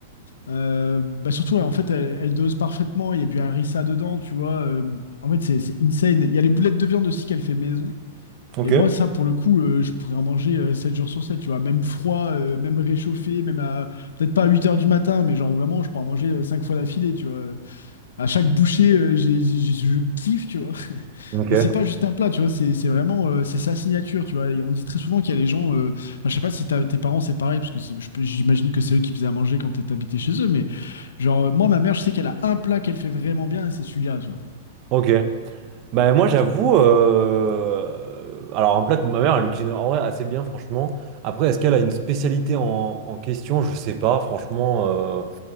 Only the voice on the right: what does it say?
ok,
Ok.
ok. Bah moi j'avoue, euh, alors un plat que ma mère elle cuisine en vrai assez bien franchement. Après est-ce qu'elle a une spécialité en, en question? Je sais pas franchement. euh,